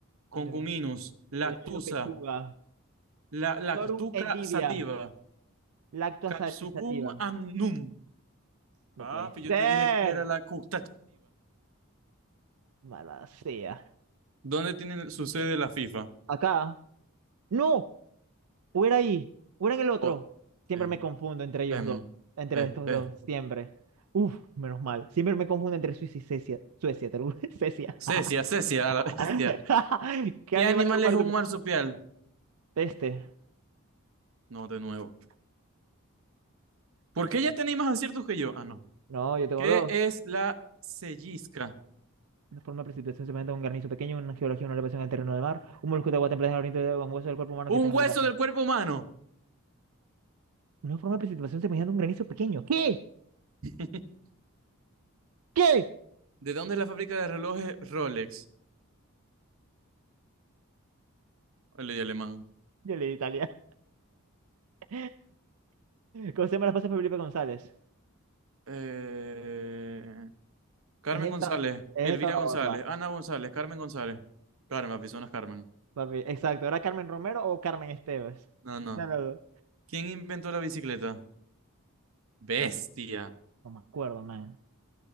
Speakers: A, on the right; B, on the right.
A: Concuminus,
B: Ah, yo había,
A: lactusa,
B: yo había leído pechuga.
A: la,
B: Victorum
A: lactuca
B: endivia.
A: sativa,
B: Lactosa
A: capsucum
B: sativa.
A: annum.
B: No
A: Papi,
B: puede ser.
A: yo te dije que era la cu-
B: Mala sea.
A: ¿Dónde tiene su sede la FIFA?
B: Acá. No, o era ahí, o era en el otro.
A: Oh,
B: Siempre
A: em,
B: me confundo entre ellos
A: em,
B: dos, entre
A: eh,
B: estos
A: eh.
B: dos, siempre. Uf, menos mal. Siempre me confundo entre Suiza y Suecia. Suecia, te lo juro, <laughs> Suecia.
A: Cecia, Cecia,
B: <laughs>
A: a la bestia.
B: ¿Qué
A: ¿Qué
B: animal
A: animal
B: comparte?
A: es un marsupial?
B: Este.
A: No, de nuevo. ¿Por
B: Vamos,
A: qué ya
B: vamos.
A: tenéis más aciertos que yo? Ah, no.
B: No, yo tengo
A: ¿Qué
B: dos.
A: es la sellisca?
B: Una forma de precipitación se presenta un granizo pequeño, una geología, una elevación del terreno del mar, un molusco de agua templada en el oriente de un hueso del cuerpo humano
A: Un
B: que está en
A: hueso
B: la gracia.
A: del cuerpo humano.
B: Una forma de precipitación semejante a un granizo pequeño. ¿Qué?
A: <laughs>
B: ¿Qué?
A: ¿De dónde es la fábrica de relojes Rolex? Le di alemán.
B: Yo leí Italia. <laughs> ¿Cómo se llama la esposa de Felipe González?
A: Eh, Carmen
B: Es esta,
A: González,
B: es
A: Elvira
B: esta o la
A: González,
B: otra.
A: Ana González, Carmen González. Carmen, personas Carmen.
B: papi. Exacto, ¿era Carmen Romero o Carmen Esteves?
A: No, no.
B: Una de las dos.
A: ¿Quién inventó la bicicleta? Bestia.
B: No me acuerdo, man.